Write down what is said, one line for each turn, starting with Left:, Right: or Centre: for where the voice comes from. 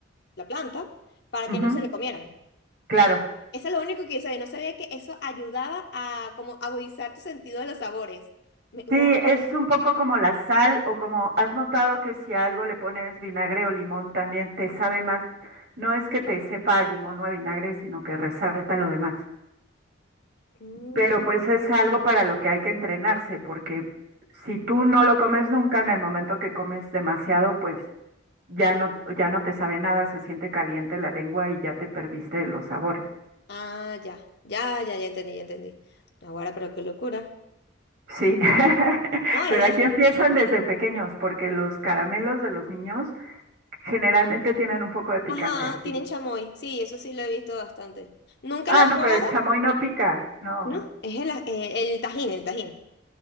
Left: la planta para
Right: Ujú,
Left: que no se lo comieran.
Right: claro.
Left: Eso es lo único que yo sabía. No sabía que eso ayudaba a como agudizar tu sentido de los sabores. Me- wow.
Right: Sí, es un poco como la sal o como has notado que si a algo le pones vinagre o limón también te sabe más. No es que te sepa a limón o a vinagre, sino que resalta lo demás.
Left: Mm,
Right: Pero pues es algo para lo que hay que entrenarse, porque si tú no lo comes nunca, en el momento que comes demasiado, pues ya no, ya no te sabe nada, se siente caliente la lengua y ya te perdiste de los sabores.
Left: Ah, ya, ya, ya, ya entendí, ya entendí. Ahora, pero qué locura.
Right: Sí, <laughs>
Left: No, es,
Right: pero aquí
Left: es-
Right: empiezan desde pequeños, porque los caramelos de los niños generalmente tienen un poco de picante
Left: Ajá,
Right: aquí.
Left: tienen chamoy. Sí, eso sí lo he visto bastante. ¿Nunca
Right: Ah,
Left: lo he
Right: no,
Left: probado?
Right: pero el chamoy no pica, no.
Left: No, es el, eh, el tajín, el tajín,